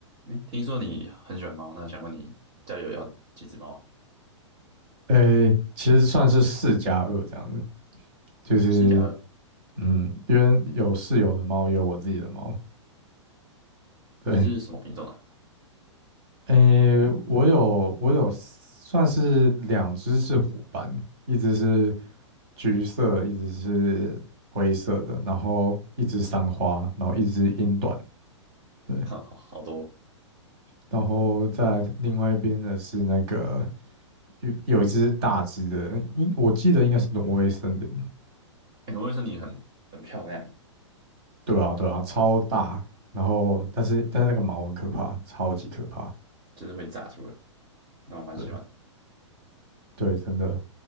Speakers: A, on the right (about 35°); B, on the right (about 55°).
A: 哎，听说你很喜欢猫，那想问你家里有要几只猫啊？
B: 诶，其实算是四加二这样子，就是
A: 四加二。
B: 嗯，因为有室友的猫，也有我自己的猫。对，
A: 你是什么品种啊？
B: 诶，我有我有算是两只是虎斑，一只是橘色，一只是灰色的，然后一只三花，然后一只英短。对，
A: <laughs> 好好多。
B: 然后在另外一边的是那个有有一只大只的，应我记得应该是挪威森林，
A: 哎，我会说你很很漂亮欸
B: 对啊，对啊，超大。然后，但是但是那个毛很可怕，超级可怕。
A: 就是会炸出来，那我蛮喜欢的，
B: 对对，真的，